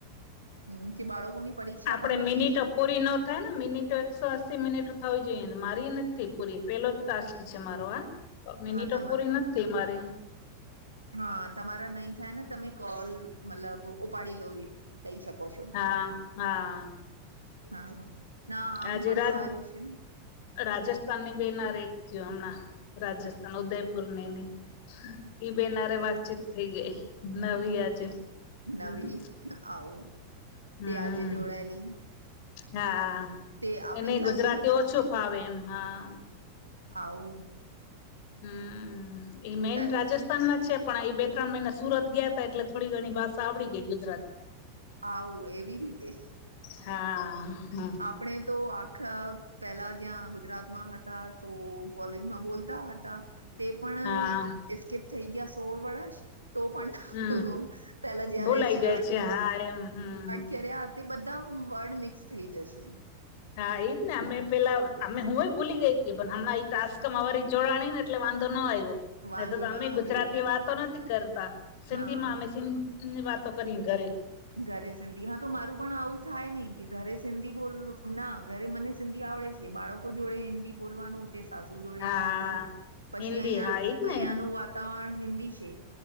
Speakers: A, on the right; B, on the left.
A: હમ કે બાળકોની પરીક્ષા
B: આપડે
A: પણ હતી
B: મિનિટો
A: ને
B: પૂરી ન થાય ને મિનિટો એકસો અસી મિનિટ થવી જોઈએ મારી નથી પૂરી પેલો ટાસ્ક છે, મારો આ પ મેનીટો
A: હા તમારો
B: પૂરી નથ થઈ મારે.
A: હા, તમારા નહી ને, તમે કોલ મતલબ ઉપાડી લો કઈ શકો છો,
B: હા હા
A: હા. ના આમ
B: આજે
A: પણ
B: રા
A: સારું છે ને
B: રાજેસ્થાન ની બેનાર એક થયું હમણાં રાજેસ્થાન ઉદયપુર ની ઈ બેન હારે વાતચીત થઈ ગઈ, નવી આજે.
A: નવી
B: હમ
A: આવું
B: હમ
A: તે આજે જોડાયેલી
B: હા,
A: તે આપણી
B: એને
A: જાતની
B: ગુજરાતી ઓછું ફાવે એમ, હા.
A: આઉ
B: હમ્મ એ મેૈન
A: પેલ
B: રાજસ્થાન ના છે પણ, એ બે ત્રણ મહિના સુરત ગ્યા હતા, એટલે થોડી ઘણી ભાશાં આવડી ગઈ ગુજરાતી
A: આઉ એવી
B: હા હમ
A: આપડે તો આખ પેલા જ્યાં ગુજરાતમાં હતા, તો કોલેજમાં બોલતા હતા. તે પણ
B: હા
A: સ્કીપ થઈ ગ્યા, સોળ વરશ તો પણ
B: હમ
A: પેલા જયારે
B: બોલાઈ
A: સ્ટાર્ટ
B: જાય છે હા એમ હમ
A: ત્યારે આયા તે બધા વર્ડ મિક્સ થઈ જશે.
B: હા, એઈજ ને,
A: હમ
B: અમે પેલા. અમે હું ભૂલી ગઈ પણ હમણાં એ તાસ્ક અમારી જોડાણી ને, એટલે વાંધો ન આયવો. ન
A: વાંધો
B: તો, તો
A: ના
B: અમે
A: આવ્યું
B: ગુજરાતી વાતો નથી કરતા, સિંધી
A: હા
B: માં અમે સીન ને વાતો કરીન ઘરે.
A: ઘરે સિંધી હા, તો મારું પણ આવું. થાય નહી કે, ઘરે સિંધી બોલ ના ઘરે મને સિંધી આવડે છે, બાળકો જોડે હિન્દી બોલવાનું. સાસુ જોડે
B: હા
A: હિન્દી પછી
B: હિન્દી
A: અહીં,
B: હા એજ
A: અહીંયા
B: ને
A: ન વાત વાતાવરણ હિન્દી છે,